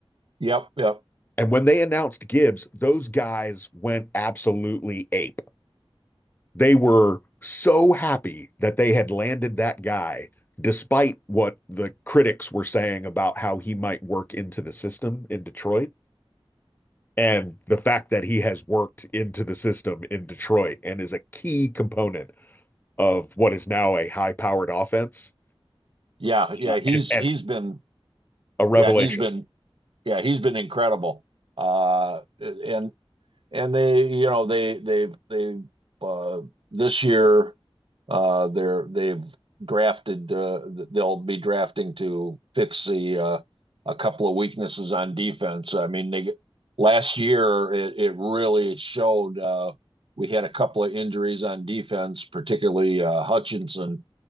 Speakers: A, on the right; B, on the left.
A: Yep, yep.
B: And when they announced Gibbs, those guys went absolutely ape. They were so happy that they had landed that guy, despite what the critics were saying about how he might work into the system in Detroit and the fact that he has worked into the system in Detroit and is a key component of what is now a high powered offense
A: Yeah, yeah.
B: uh,
A: He's
B: and, and
A: he's been
B: a revelation.
A: yeah, he's been yeah, he's been incredible. Uh, and and they you know they they've they've uh, this year uh, they're they've drafted uh, they'll be drafting to fix the uh, a couple of weaknesses on defense. I mean they last year it, it really showed uh, we had a couple of injuries on defense, particularly uh, Hutchinson